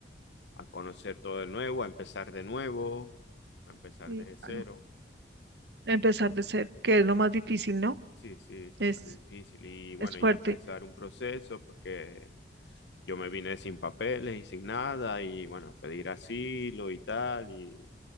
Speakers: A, on the left (about 75°); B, on the right (about 65°).
A: a conocer todo de nuevo, a empezar de nuevo, a empezar
B: sí,
A: desde cero.
B: claro. Empezar de cero, que es lo más difícil, ¿no?
A: Sí, sí, súper
B: Es,
A: difícil. Y bueno,
B: es fuerte.
A: ya empezar un proceso porque yo me vine sin papeles y sin nada y bueno, pedir asilo y tal y,